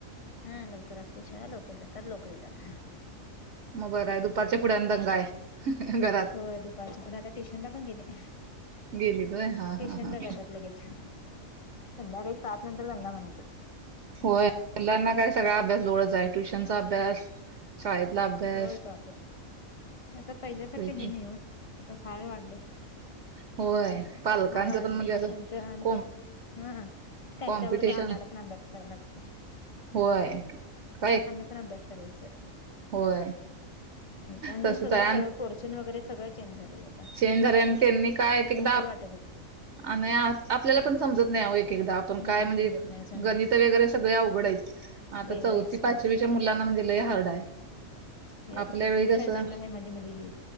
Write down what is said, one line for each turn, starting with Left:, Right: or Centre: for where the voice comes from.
Left: हा लवकर असते शाळा लवकर जातात लवकर येतात
Right: मग बरं आहे दुपारच्या पुढ आणि दंगा आहे घरात
Left: होय दुपारच्या पुढ आता ट्युशनला पण गेले
Right: गेलीत होय हा
Left: ट्युशनला
Right: हा हा
Left: जातात लगेच संध्याकाळी सात नंतर दंगा म्हणायचा
Right: होय मुलांना काय सगळा अभ्यास लोडच आहे ट्युशनचा अभ्यास शाळेतला अभ्यास
Left: होय बाप आता पहिल्यासारख
Right: ते
Left: हे नाही ओ आता फार वाढलय
Right: होय पालकांचं
Left: फार वाढलय
Right: पण म्हणजे असं
Left: त्यांच्या आणि
Right: कॉम
Left: ते हम त्यांच्याबरोबर
Right: कॉम्पिटिशन
Left: आम्हाला पण अभ्यास करायला लागतेय
Right: होय काय
Left: पण अभ्यास करायच
Right: होय-
Left: आणि
Right: तसच
Left: सगळ
Right: आहे
Left: सगळ पोरशन वगैरे सगळं चेंज झालय व
Right: चेंज झालय आणि त्यांनी काय एकेकदा
Left: वाटत होत
Right: आणि आपल्याला पण समजत नाही आवो एकेकदा आपण काय
Left: नाही
Right: म्हणजे
Left: समजत नाही समजत
Right: गणित वगैरे सगळे अवघडा आहेत आता
Left: वेगळेच
Right: चौथी पाचवीच्या मुलांना म्हणजे लय हार्ड आहे.
Left: हे आता
Right: आपल्या
Left: सेकंड
Right: वेळी कसं
Left: स्टँडर्ड ला माझी मुलगी